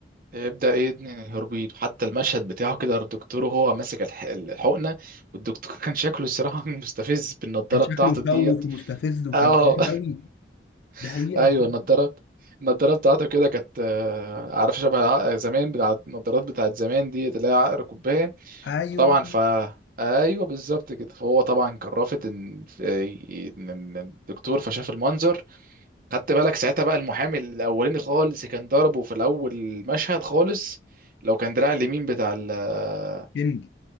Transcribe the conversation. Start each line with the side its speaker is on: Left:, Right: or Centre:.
Right: ابدا ايه ابن الهربين حتى المشهد بتاعه كده الدكتور وهو ماسك الح- الحقنه والدكتور <laughs> كان شكله الصراحه <laughs> مستفز بالنضاره
Left: كان شكله
Right: بتاعته
Left: يخوف
Right: ديت
Left: ومستفز وكان
Right: اه
Left: كبير قوي
Right: <laughs>
Left: ده حقيقه
Right: ايوه
Left: بجد.
Right: النضاره النضاره بتاعته كده كانت آه، عارف شبه عق- زمان بتاع النضارات بتاعت زمان ديت اللي هي عقر كوبايه
Left: ايوه
Right: فطبعا ف ايوه بالظبط كده فهو طبعا كان رافض ان إن- إن الدكتور فشاف المنظر خدت بالك ساعتها بقى المحامي الاولاني خالص كان ضربه في الاول المشهد خالص لو كان دراع اليمين بتاع ال-
Left: كينج